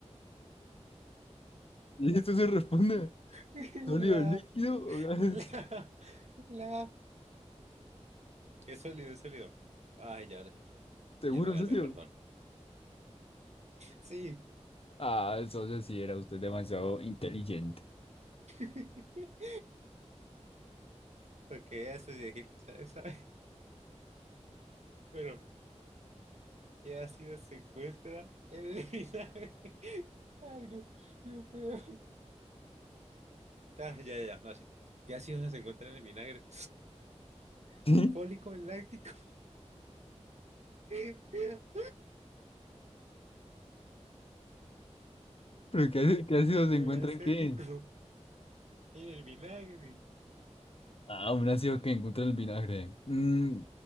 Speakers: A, on the left (about 55°); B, on the right (about 70°).
A: Y esto se responde,
B: La,
A: ¿sólido, líquido o gas?
B: la,
A: <laughs>
B: la. Es sólido, es sólido. Ay, ya, ahora sí.
A: ¿Seguro,
B: ya me calmé,
A: socio?
B: perdón. Sí,
A: Ah, socio, sí era usted demasiado inteligente.
B: <laughs> porque eso sí, es que sabes sabe. Bueno, que ha sido secuestra en el vinagre. <laughs> Ay, no, no puedo. Ah, ya, ya, ya, ahora sí. ¿Qué ácidos se encuentran en el vinagre? <laughs>
A: <laughs> ¿Sí?
B: Fólico, el láctico, <laughs>
A: ¿Pero qué hace, qué hace si se
B: o
A: encuentran
B: el acético,
A: qué?
B: en el vinagre.
A: Ah, un ácido que encuentra el vinagre. Mm,